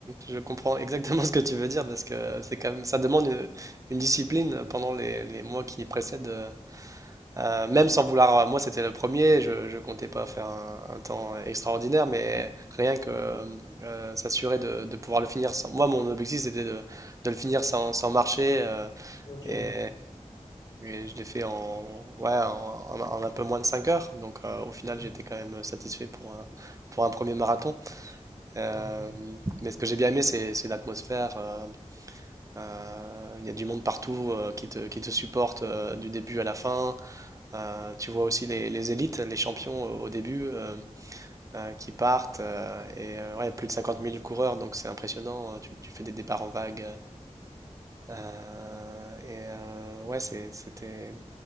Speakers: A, on the right (about 25°); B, on the left (about 30°).
A: je comprends exactement <laughs> ce que tu veux dire parce que c'est quand même, ça demande une, une discipline pendant les, les mois qui précèdent. euh, euh, même sans vouloir, euh, moi c'était le premier, je, ne comptais pas faire un, un temps extraordinaire, mais rien que euh, euh, s'assurer de, de pouvoir le finir sans. Moi, mon objectif c'était de, de le finir sans, sans marcher. euh,
B: Ok.
A: Et, et je l'ai fait en, ouais, en, en- en un peu moins de 5 heures. Donc euh, au final,
B: Mhm,
A: j'étais quand même satisfait pour un, pour un premier marathon. Euh,
B: mhm,
A: mais ce que j'ai bien aimé, c'est, c'est l'atmosphère. euh, euh, Il y a du monde partout euh, qui te, qui te supporte euh, du début à la fin. Euh, tu vois aussi les, les élites, les champions au au début euh, euh, qui partent. euh, et euh, ouais, plus de cinquante mille coureurs, donc c'est impressionnant. euh, Tu, tu fais des départs en vague. euh, et euh, ouais, c'est- c'était